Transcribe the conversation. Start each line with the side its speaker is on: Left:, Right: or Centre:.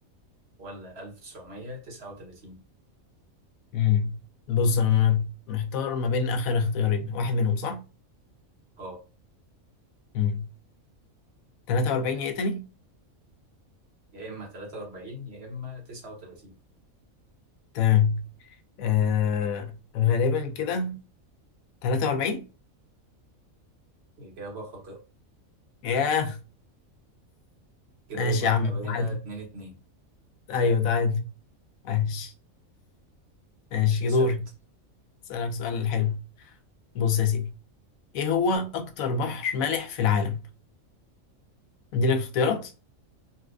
Right: ولا 1939
Left: امم بص انا محتار ما بين اخر اختيارين واحد منهم صح
Right: اه
Left: مم. 43 ايه تاني
Right: يا إما 43 يا إما 39
Left: تمام آه غالبا كده 43
Right: إجابة خاطئة
Left: ياه
Right: كده
Left: ماشي
Right: يبقى
Left: يا
Right: إحنا
Left: عم تعادل
Right: بقينا 2 2
Left: ايوه
Right: تعادل
Left: تعادل ماشي ماشي
Right: ماشي اسأل
Left: دوري
Right: أنت
Left: اسألك سؤال حلو بص يا سيدي ايه هو اكتر بحر مالح في العالم عندي لك اختيارات